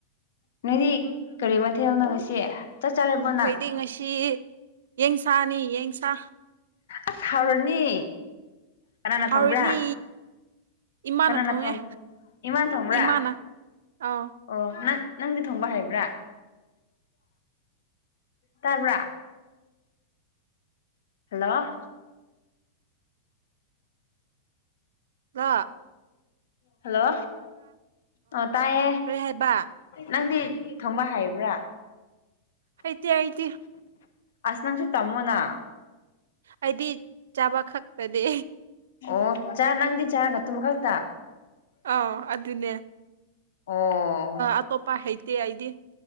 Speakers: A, on the left; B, on the right.
A: ꯅꯣꯏꯗꯤ ꯀꯔꯤ ꯃꯊꯦꯜꯅꯣꯉꯁꯤ ꯆꯥꯛ ꯆꯥꯔꯕꫭ
B: ꯑꯩꯈꯣꯏꯗꯤ ꯉꯁꯤ ꯌꯦꯟꯁꯥꯅꯤ ꯌ°ꯟꯁꯥ
A: ꯑꯁ ꯍꯥꯎꯔꯅꯤ ꯀꯅꯥꯅ
B: ꯍꯥꯎꯔꯥꯅꯤ
A: ꯊꯣꯡꯕ꯭ꯔꯥ
B: ꯏꯃꯥꯅ
A: ꯀꯅꯥꯅ
B: ꯊꯣꯡꯉꯦ
A: ꯊꯣꯡ ꯏꯃꯥꯅ ꯊꯣꯡꯕ꯭ꯔꯥ
B: ꯏꯃꯥꯅ ꯑꯥꯎ
A: ꯑꯣ ꯅꯪ ꯅꯪꯗꯤ ꯊꯣꯡꯕ ꯍꯥꯏꯕ꯭ꯔꯥ ꯇꯥꯕ꯭ꯔꯥ ꯍꯜꯂꯣ
B: ꯍꯜꯂꯣ
A: ꯍꯜꯂꯣ ꯑꯣ ꯇꯥꯏꯌꯦ
B: ꯀꯔꯤ ꯍꯥꯏꯕ
A: ꯅꯪꯗꯤ ꯊꯣꯡꯕ ꯍꯩꯕ꯭ꯔꯥ
B: ꯍꯩꯇ° ꯍꯩꯇꯦ
A: ꯑꯁ ꯅꯪꯁꯨ ꯇꯝꯃꯣꯅꯥ
B: ꯑꯩꯗꯤ ꯆꯥꯕ ꯈꯛꯇꯅꯦ
A: ꯑꯣ ꯆꯥ ꯅꯪꯗꯤ ꯆꯥꯒ ꯇꯨꯃ ꯀꯥꯛꯇ
B: ꯑꯥ ꯑꯗꯨꯅꯦ
A: ꯑꯣ
B: ꯑꯇꯣꯞꯄ ꯍꯩꯇꯦ ꯑꯩꯗꯤ